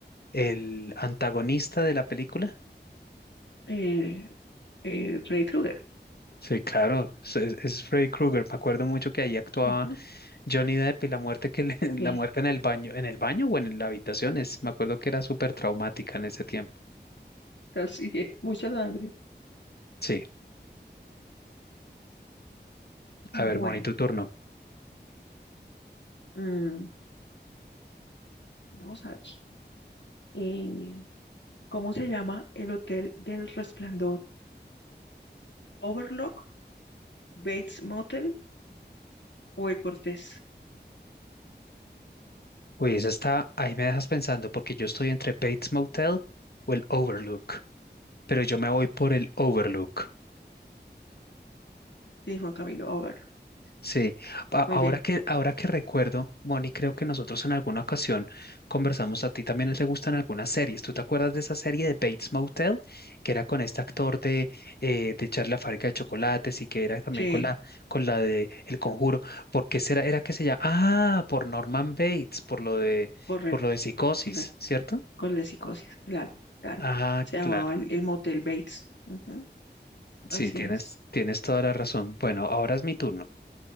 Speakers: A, on the left; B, on the left.
A: el antagonista de la película?
B: eh, eh, Freddy Krueger.
A: Sí, claro, es, es- es Freddy Krueger. Me acuerdo mucho que ahí actuaba
B: Ujú,
A: Johnny Depp y la muerte que le- <laughs>
B: Sí,
A: la muerte en el baño, en el baño o en la habitación es, me acuerdo que era súper traumática en ese tiempo.
B: así es, mucha sangre.
A: Sí,
B: Bueno,
A: a ver, Moni, tu turno.
B: mm, vamos a ver. eh, ¿cómo se llama el hotel del Resplandor? Overlook Bates Motel o el Cortés?
A: Uy, esa está, ahí me dejas pensando porque yo estoy entre Bates Motel o el Overlook, pero yo me voy por el Overlook.
B: Sí, Juan Camilo, Overlock.
A: Sí, A- ahora
B: Muy bien.
A: que, ahora que recuerdo, Moni, creo que nosotros en alguna ocasión conversamos, a ti también te gustan algunas series. ¿Tú te acuerdas de esa serie de Bates Motel que era con este actor de, eh, de Charlie la fábrica de chocolates y que era también
B: Sí,
A: con la, con la de El Conjuro? ¿Por qué será, era que se llama? Ah, por Norman Bates, por lo de,
B: correcto,
A: por lo de psicosis,
B: correcto.
A: ¿cierto?
B: Con la psicosis, claro, claro.
A: Ah,
B: Se llamaba
A: claro.
B: el, el motel Bates. Ujú,
A: Sí,
B: así
A: tienes,
B: es.
A: tienes toda la razón. Bueno, ahora es mi turno.